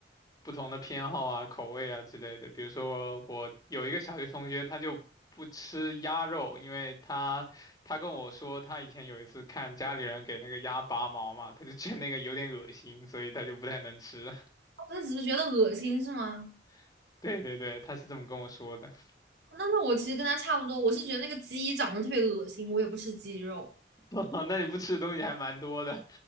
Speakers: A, on the left; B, on the right.
A: 不同的偏好啊、口味啊之类的。比如说，我有一个小学同学，他就不吃鸭肉，因为他他跟我说，他以前有一次看家里人给那个鸭拔毛嘛，他就觉得那个有点恶心，所以他就不太能吃。
B: 我只是觉得恶心，是吗？
A: <laughs> 对对对，他是这么跟我说的。
B: 但是我其实跟他差不多，我是觉得那个鸡长得特别恶心，我也不吃鸡肉。
A: <laughs> 那你不吃的东西还蛮多的。